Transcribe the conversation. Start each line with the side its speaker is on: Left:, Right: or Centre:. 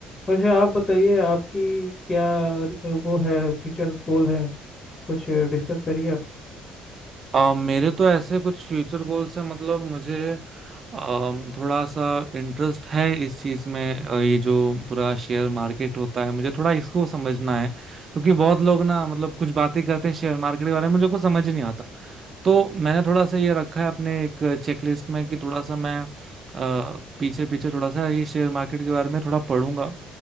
Left: वैसे आप बताइए आपकी क्या अ, वो है फ्यूचर गोल है कुछ डिस्कस करिए
Right: अ, मेरे तो ऐसे कुछ फ्यूचर गोल्स हैं मतलब मुझे अम, थोड़ा सा इंटरेस्ट है इस चीज़ में अ, ये जो पूरा शेयर मार्केट होता है मुझे थोड़ा इसको समझना है क्योंकि बहुत लोग ना मतलब कुछ बातें करते हैं शेयर मार्केट के बारे में मुझे कुछ समझ ही नहीं आता तो मैंने थोड़ा सा ये रखा है अपने एक चेकलिस्ट में कि थोड़ा सा मैं पीछे पीछे थोड़ा सा ये शेयर मार्केट के बारे में थोड़ा पढ़ूंगा